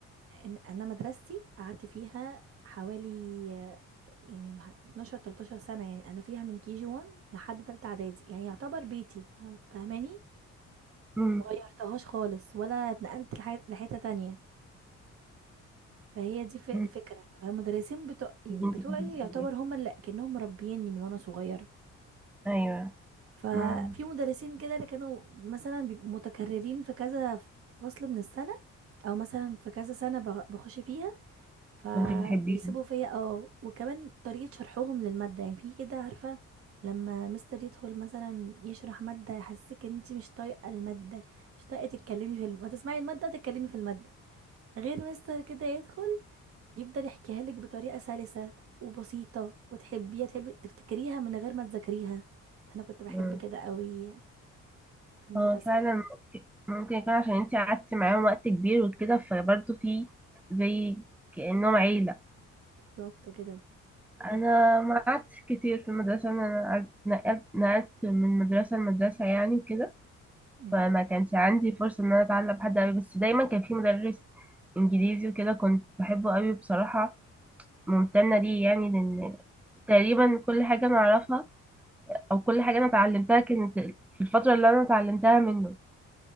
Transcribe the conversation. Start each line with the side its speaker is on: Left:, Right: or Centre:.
Right: إن- انا مدرستي قعدت فيها حوالي آه، يعني مه- 12 13 سنة يعني انا فيها من كي جي 1 لحد تالتة اعدادي يعني يعتبر بيتي فاهم- فاهماني
Centre: مم.
Right: مغيرتهاش خالص ولا اتنقلت لحي- لحتة تانية فهي دي ف- الفكرة
Centre: مم.
Right: فالمدرسين بتوع يعني
Centre: انت
Right: بتوعي
Centre: كنت بتحبيه
Right: يعتبر هم اللي كأنهم مربيني من وانا صغيرة
Centre: ايوه
Right: ففي
Centre: مم.
Right: مدرسين كده اللي كانوا مثلا بيبقوا متكررين في كذا فصل من السنة او مثلا في كذا سنة بغ- بخش فيها فبيسيبوا
Centre: كنت بتحبيه
Right: فيا اه وكمان طريقة شرحهم للمادة يعني في كده عارفة لما مستر يدخل مثلا يشرح مادة يحسسك ان انت مش طايقة المادة مش طايقة تتكلمي في الم... تسمعي المادة تتكلمي في المادة غير مستر كده يدخل يفضل يحكيها لك بطريقة سلسة وبسيطة وتحبيها تحبي تفتكريها من غير ما تذاكريها انا كنت بحب
Centre: مم.
Right: كده قوي في المدرسة
Centre: هو فعلا
Right: يعني.
Centre: ممكن ممكن يكون عشان انت قعدتي معاهم وقت كبير وكده فبرضه في زي كأنهم عيلة
Right: بالظبط كده
Centre: انا ما قعدتش كتير في المدرسه انا قعدت- نقلت نقلت من مدرسه لمدرسه يعني وكده
Right: مم.
Centre: فما كانش عندي فرصه ان انا اتعلم حد قوي بس دايما كان في مدرس انجليزي وكده كنت بحبه قوي بصراحه ممتنه ليه يعني لان تقريبا كل حاجه انا اعرفها او كل حاجه انا اتعلمتها كانت في الفتره اللي انا اتعلمتها منه